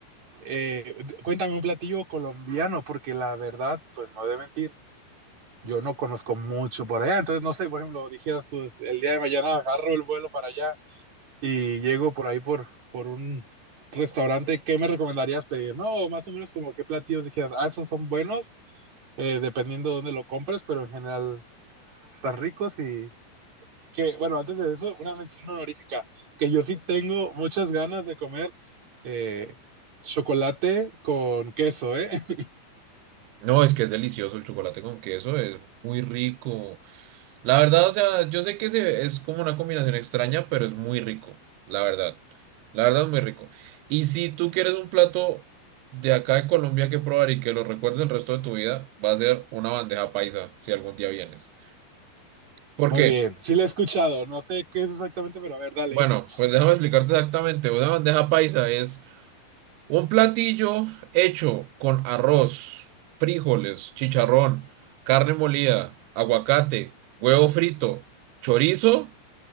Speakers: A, on the right; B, on the right.
A: eh, d- cuéntame un platillo colombiano, porque la verdad, pues no he de mentir, yo no conozco mucho por allá, entonces no sé, por ejemplo, dijeras tú, el día de mañana agarro el vuelo para allá y llego por ahí por, por un restaurante, ¿qué me recomendarías pedir? No, más o menos como qué platillos dijeras, ah, esos son buenos, eh, dependiendo de dónde lo compres, pero en general están ricos y que, bueno, antes de eso, una mención honorífica, que yo sí tengo muchas ganas de comer eh, chocolate con queso, ¿eh? <laughs>
B: No, es que es delicioso el chocolate con queso, es muy rico. La verdad, o sea, yo sé que se- es como una combinación extraña, pero es muy rico, la verdad. La verdad es muy rico. Y si tú quieres un plato de acá de Colombia que probar y que lo recuerdes el resto de tu vida, va a ser una bandeja paisa, si algún día vienes. ¿Por
A: Muy
B: qué?
A: bien, sí lo he escuchado, no sé qué es exactamente, pero a ver, dale.
B: Bueno,
A: <laughs>
B: pues déjame explicarte exactamente. Una bandeja paisa es un platillo hecho con arroz, frijoles, chicharrón, carne molida, aguacate, huevo frito, chorizo.